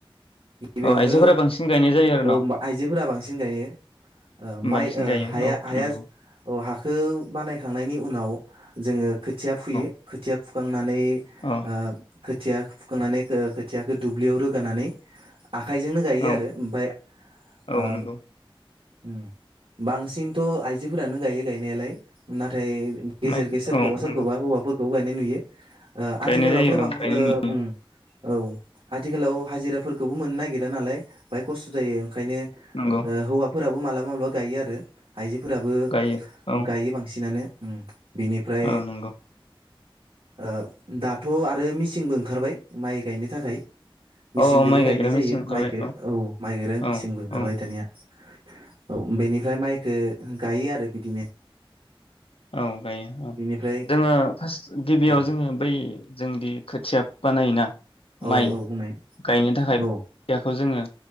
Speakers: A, on the right (about 80°); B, on the left (about 80°).
A: गिबियावनो
B: औ आइजोफोरा बांसिन गायनाय जायो आरो
A: औ
B: न'
A: आइजोफोरा बांसिन गायो ओ माइ
B: बांसिन
A: ओ
B: गायो
A: हाया-हाया
B: औ नंगौ
A: औ हाखौ बानायखांनायनि उनाव जोङो खोथिया फुयो
B: औ
A: खोथिया <unintelligible> नानै
B: औ
A: ओ खोथिया फुखांनानै खो खोथियाखौ दुब्लियाव रोगानानै आखाइजोंनो गायो
B: औ
A: आरो ओमफाय ओ
B: औ नंगौ
A: ओम बांसिनथ' आइजोफोरानो गायो गायनायालाय ना थाय गेजेर
B: माइखौ
A: गे सोरखौबा
B: औ
A: सोरखौबा
B: नंगौ
A: हौवाफोरखौ बेखौ गायनाय नुयो। ओ आथिखालावथ
B: गायनाय जायो औ
A: बां
B: गायनाय
A: ओ
B: नुयो
A: उम । औ आथिखालाव हाजिराफोरखौबो मोननो नागिरा नालाय बाहाय खस्थ जायो। ओंखायनो
B: नंगौ
A: ओ हौवा फोराबो मलाबा मालाबा गायो आरो आइजोफोराबो
B: गायो औ
A: गायो बांसिनानो। उम बिनिफ्राय
B: औ नंगौ
A: ओ दाथ आरो मिसिनबो ओंखारबाय माइ गायनो थाखाय। मेसिनदोबो
B: औ माइ गायग्रा
A: गायनाय जायो
B: मेचिन ओंखारबाय
A: माइखौ औ माइ गायग्रा
B: औ
A: मेसिनबो ओंखारबाय
B: औ
A: दानिया। <unintelligible> औ बेनिफ्राय माइ बखो गायो आरो बिदिनो।
B: औ गायो औ
A: बिनिफ्राय
B: जोङो फार्स्ट गिबियाव
A: औ
B: जोङो बै जोंदि खोथिया बानायोना
A: औ
B: माइ
A: औ बुंनाय
B: गायनो थाखाय
A: औ
B: खोथियाखौ जोङो